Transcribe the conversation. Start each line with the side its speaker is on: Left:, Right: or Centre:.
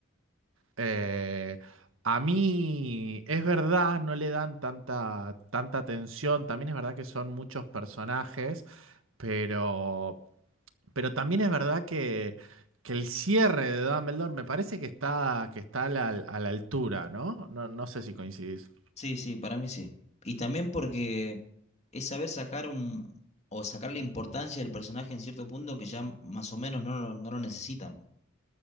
Right: Eh, a mí es verdad, no le dan tanta, tanta atención. También es verdad que son muchos personajes, pero, pero también es verdad que, que el cierre de Dumbledore me parece que está, que está a la, a la altura, ¿no? No, no sé si coincidís.
Left: Sí, sí, para mí sí. Y también porque es saber sacar un, o sacar la importancia del personaje en cierto punto que ya más o menos no, lo- no lo necesitan.